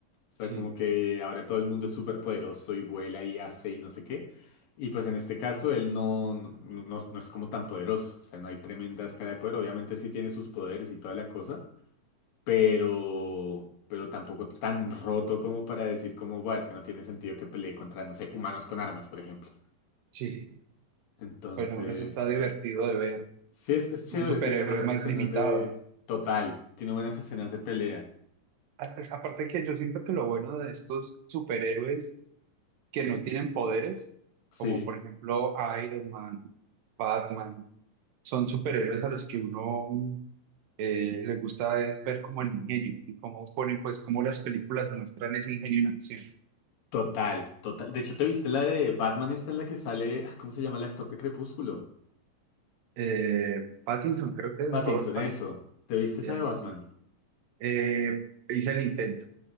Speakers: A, on the left; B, on the right.
A: O
B: Sí,
A: sea, como que ahora todo el mundo es súper poderoso y vuela y hace y no sé qué. Y pues en este caso él no, no, no no es como tan poderoso, o sea, no hay tremenda escala de poder, obviamente sí tiene sus poderes y toda la cosa pero, pero tampoco tan roto como para decir como, "Buah, es que no tiene sentido que pelee contra, no sé, humanos con armas, por ejemplo.
B: sí.
A: Entonces,
B: Bueno, eso está divertido de ver.
A: sí es, es chévere,
B: Un superhéroe
A: tiene buenas
B: más
A: escenas
B: limitado.
A: de...
B: ¿no?
A: Total, tiene buenas escenas de pelea.
B: A- pues, Aparte que yo siento que lo bueno de estos superhéroes que no tienen poderes,
A: Sí,
B: como por ejemplo Iron Man, Batman, son superhéroes a los que uno mm, eh, le gusta es ver como el ingenio y cómo ponen, pues, cómo las películas demuestran ese ingenio en acción.
A: total, total. De hecho, ¿te viste la de Batman esta en la que sale, ah, ¿cómo se llama el actor de Crepúsculo?
B: Eh, Pattinson, creo que es
A: Pattinson,
B: Robert Pattinson,
A: eso. ¿Te viste
B: y
A: esa
B: algo
A: de Batman?
B: así. Eh, hice el intento,